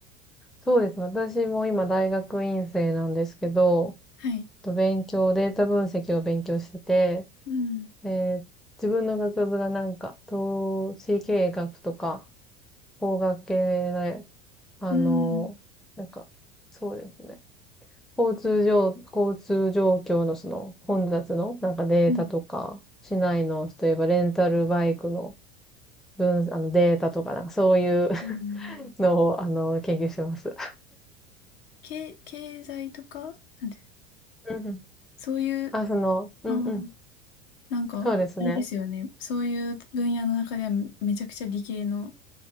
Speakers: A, in the centre; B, on the left.
A: そうですね。私も今大学院生なんですけど、
B: はい。
A: と勉強、データ分析を勉強してて、
B: うん。
A: で、自分の学部がなんか、統計経営学とか、法学系で、あの、
B: うん。
A: なんか、そうですね。交通状、交通状況のその混雑のなんかデータとか、
B: うん。
A: 市内の、例えばレンタルバイクの分、あのデータとか、なんかそういう <laughs>
B: うん
A: のを、あの、研究してます。
B: 経、経済とか、なんて、
A: うんうん。
B: そういう、
A: あ、その、うんうん。
B: あなんか、
A: そうですね。
B: あれですよね。そういう分野の中ではめめちゃくちゃ理系の